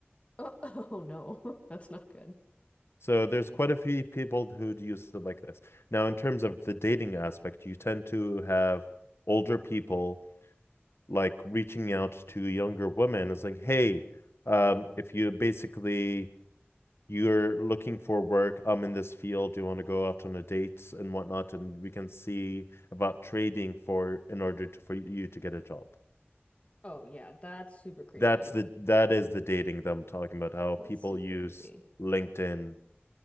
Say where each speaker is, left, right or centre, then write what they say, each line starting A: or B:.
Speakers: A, on the left (about 30°); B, on the left (about 75°).
A: <laughs> Oh, no, <laughs> that's not good.
B: So there's quite a few people who'd use it like this. Now, in terms of the dating aspect, you tend to have older people like reaching out to younger women is like, hey, um, if you basically you're looking for work, I'm in this field, do you want to go out on a date and whatnot, and we can see about trading for in order to, for you to get a job.
A: Oh yeah, that's super creepy.
B: That's the that is the dating that I'm talking about, how
A: That's
B: people
A: super
B: use
A: creepy.
B: LinkedIn